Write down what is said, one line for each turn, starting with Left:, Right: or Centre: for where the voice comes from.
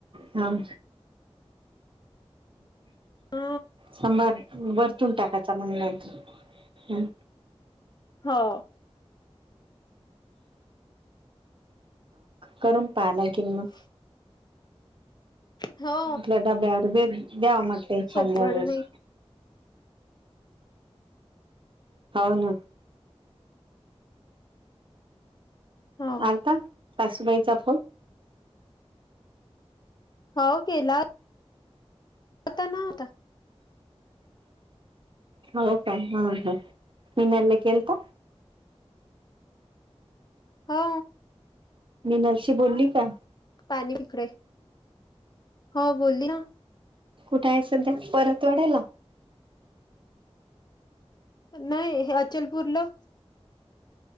Right: हां
Left: ह
Right: सभार वरतून टाकायचा मग नंतर
Left: हो
Right: करून पाहाला किल मग
Left: <inaudible> हो
Right: ता ब्यार बे द्यावा मट
Left: सोप
Right: छली
Left: घडून
Right: वेस हो ना
Left: हो
Right: आर्ता सासूबाईचा फोन
Left: हो केला आता नव्हता
Right: हो काय हा ह मनल केलत
Left: हा
Right: मी नरसी बोलली का
Left: पाणी पिकडे हो बोलली ना
Right: कुठे आहे सध्या परत वाढायला
Left: नाही अचलपूरला